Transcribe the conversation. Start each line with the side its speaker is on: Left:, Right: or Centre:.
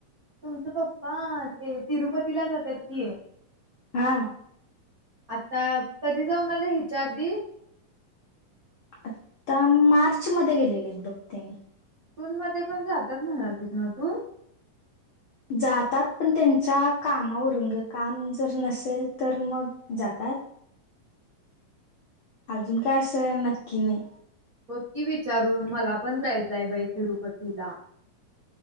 Right: तुमचं पप्पा ते तिरुपतीला जातात की
Left: हा
Right: आता कधी जाऊन आले हिच्या आधी
Left: आता मार्च मध्ये गेलेले आहेत बघ त्यांनी
Right: टून मध्ये पण जातात म्हणाल तस ना तू
Left: जातात पण त्यांच्या कामावरून ग काम जर नसेल तर मग जातात अजून काय असं नक्की नाही
Right: पक्की विचारून मला पण जायचंय बाई तिरुपतीला